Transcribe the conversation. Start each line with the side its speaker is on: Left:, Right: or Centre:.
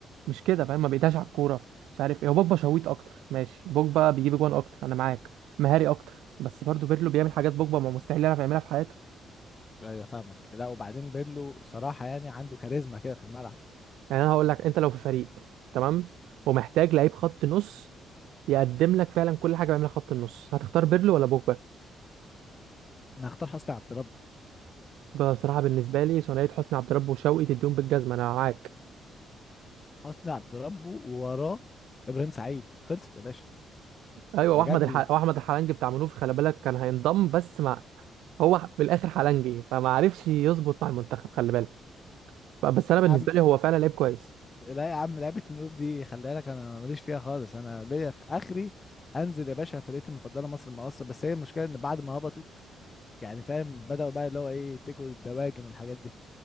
Right: مش كده فاهم ما بيدهش على الكوره مش عارف ايه هو بوجبا شويت اكتر ماشي بوجبا بيجيب جوان اكتر انا معاك مهاري اكتر بس برضو بيرلو بيعمل حاجات بوجبا ما مستحيل يعرف يعملها في حياته
Left: ايوه فاهمك لا وبعدين بيرلو صراحه يعني عنده كاريزما كده في الملعب
Right: يعني انا هقول لك انت لو في فريق تمام ومحتاج لعيب خط نص يقدم لك فعلا كل حاجه بيعملها خط النص هتختار بيرلو ولا بوجبا
Left: انا هختار حسني عبد ربه
Right: بصراحه بالنسبه لي ثنائيه حسني عبد ربه وشوقي تديهم بالجزمه انا معاك
Left: حسني عبد ربه ووراه ابراهيم سعيد خلصت يا باشا
Right: ايوه
Left: بجد
Right: واحمد الح...
Left: يا
Right: واحمد الحلنجي بتاع منوفي خلي بالك كان هينضم بس مع هو في الاخر حلنجي فما عرفش يظبط مع المنتخب خلي بالك بس انا بالنسبه
Left: عم
Right: لي هو فعلا لعيب كويس
Left: لا يا عم لعبه ملوك دي خلي بالك انا ماليش فيها خالص انا ليا في اخري انزل يا باشا فرقتي المفضله مصر المقاصه بس هي المشكله ان بعد ما هبطت يعني فاهم بدأوا بقى اللي هو ايه تكوا الدواجن والحاجات دي